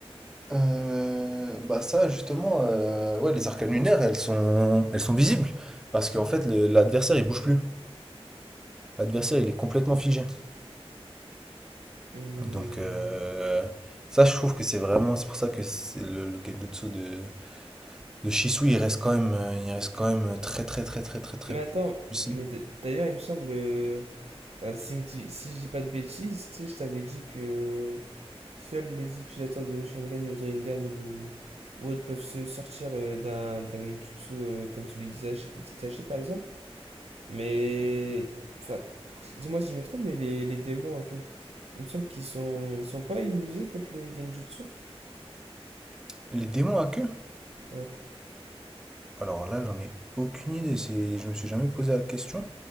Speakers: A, in the centre; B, on the right (about 85°).
A: euh, bah ça justement, euh, ouais, les arcanes lunaires, elles sont, elles sont visibles parce qu'en fait le- l'adversaire il bouge plus. L'adversaire il est complètement figé.
B: Hmm.
A: Donc euh, ça je trouve que c'est vraiment, c'est pour ça que c'est le, le Genjutsu de, de Shisui il reste quand même, euh, il reste quand même très très très très très très
B: Mais attends,
A: puissant.
B: mais d- d'ailleurs, il me semble. euh, enfin, si, je me dis- si je dis pas de bêtises, tu sais, je t'avais dit que. Seuls les utilisateurs de Sharingan ou Rinnegan ou, ou autres peuvent se sortir euh, d'un d'un genjutsu euh, comme celui d'Itachi d'Itachi, par exemple. Mais. Enfin, dis-moi si je me trompe, mais les, les démons à queue, il me semble qu'ils sont, ils sont pas immunisés contre les genjutsu.
A: Les démons à queue?
B: Ouais.
A: Alors là j'en ai aucune idée, c'est, je me suis jamais posé la question.